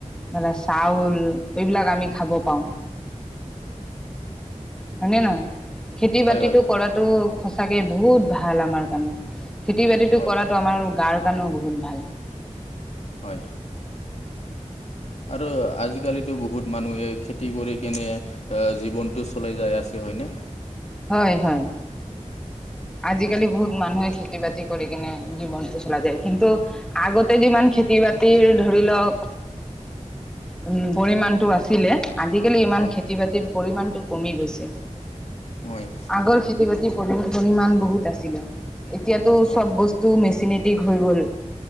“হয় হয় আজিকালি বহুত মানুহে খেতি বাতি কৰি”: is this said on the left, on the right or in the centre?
Centre